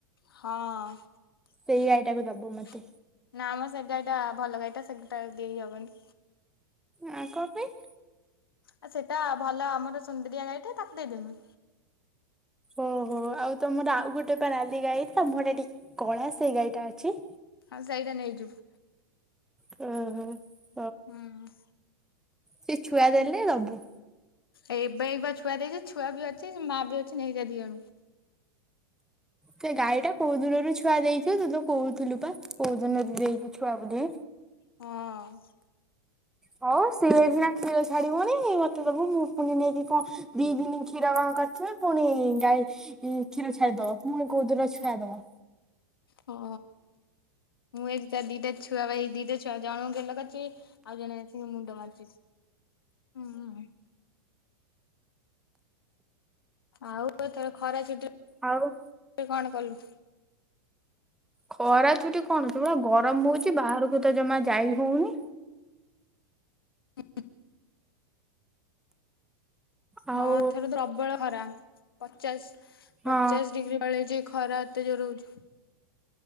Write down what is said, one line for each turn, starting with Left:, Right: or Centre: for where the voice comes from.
Left: ହଁ।
Centre: ସେଇ ଗାଈଟାକୁ ଦବୁ ମତେ
Left: ନା ଆମର ସେ ଗାଈ ଟା ଭଲ ଗାଈ ଟା ସେଟା ଦେଇ ହବନି।
Centre: ଆ କଣ ପାଇଁ?
Left: ଆ ସେଇଟା ଭଲ ଆମର ସୁନ୍ଦରିଆ ଗାଈଟା ତାକୁ ଦେଇଦେମି,
Centre: ଓହୋ ଆଉ ତମର ଆଉ ଗୋଟେ ବା ନାଲି ଗାଈ ତା ମୁହଁ ଟା ଟିକେ କଳା ସେଇ ଗାଈଟା ଅଛି
Left: ହଁ ସେଇଟା ନେଇଯିବୁ।
Centre: ହଁ ହଉ।
Left: ହୁଁ।
Centre: ସେ ଛୁଆ ଦେଲେ ଦବୁ।
Left: ଏ ଏବେ ଏ ଛୁଆ ଦେଇଛି ଛୁଆ ବି ଅଛି ମା ବି ଅଛି ନେଇ ଯା ଦି ଜଣ କୁ,
Centre: ସେ ଗାଈ ଟା କୋଉ ଦିନରୁ ଛୁଆ ଦେଇଥୁ ତୁ ତ କହୁଥିଲୁ ବା କୋଉ ଦିନରୁ ଦେଇଛୁ ଛୁଆ ବୋଲି
Left: ହଁ।
Centre: ହଉ ସିଏ ଏ ବିିନା କ୍ଷୀର ଛାଡିବନି ମତେ ତବୁ ମୁଁ ପୁଣି ନେଇକି କଣ ଦି ଦିନ କ୍ଷୀର କଣ କରିଥିବେ ପୁଣି ଗାଈ କ୍ଷୀର ଛାଡିଦବ ପୁଣି କଉ ଦୁନ ଛୁଆ ଦବ,
Left: ହଁ। ମୁଁ ଏଠି ତା ଦିଟା ଛୁଆ ଭାଇ ଦିଟା ଛୁଆ ଜଣକୁ ଗେଲକରୁଛି ଆଉ ଜଣେ ଏଇଠି ମୁଣ୍ଡ ମାରୁଚି ହୁଁ। ଆଉ ଏଥର ଖରା ଛୁଟିରେ
Centre: ଆଉ,
Left: ତୁ କଣ କଲୁ?
Centre: ଖରା ଛୁଟି କଣ ତୁ ପୁରା ଗରମ ହଉଛି ବାହାରକୁ ତ ଜମା ଯାଇ ହଉନି।
Left: ହ
Centre: ଆଉ
Left: ହଁ ଏଥରତପ୍ରବଳ ଖରା ପଚାଶ
Centre: ହଁ
Left: ପଚାଶ ଡିଗ୍ରୀ ପଳେଇଛି ଖରା ଏତେ ଜୋରରେ ହୋଉଛି।